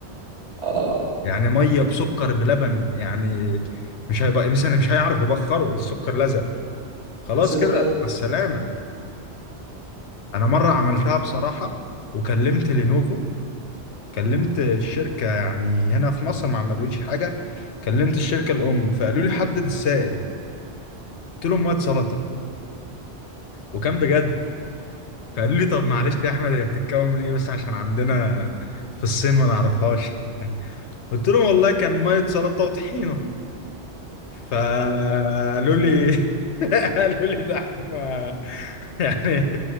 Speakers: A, on the right; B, on the left.
A: اه
B: يعني ميه بسكر بلبن يعني مش هيبقى مثلا مش هيعرف يبخره السكر لزق خلاص
A: السكر
B: كده
A: لازم
B: مع السلامه انا مره عملتها بصراحه وكلمت لينوفو كلمت الشركه يعني هنا في مصر ما عملوليش حاجه كلمت الشركه الام فقالوا لي حدد السائل قلت لهم ميه سلطه وكان بجد فقالوا لي طب معلش يا احمد هي بتتكون من ايه بس عشان عندنا في الصين ما نعرفهاش <laughs> قلت لهم والله كان ميه سلطه وطحينه فقالوا لي <laughs> قالوا لي ده إحنا ما- يعني